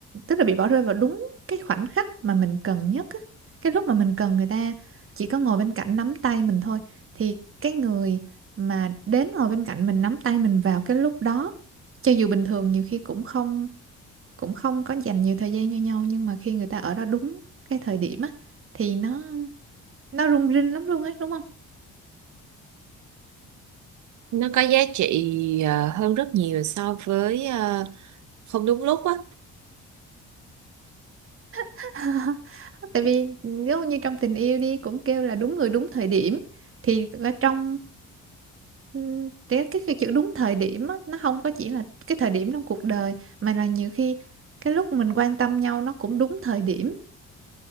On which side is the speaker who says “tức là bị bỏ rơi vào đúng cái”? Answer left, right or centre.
Right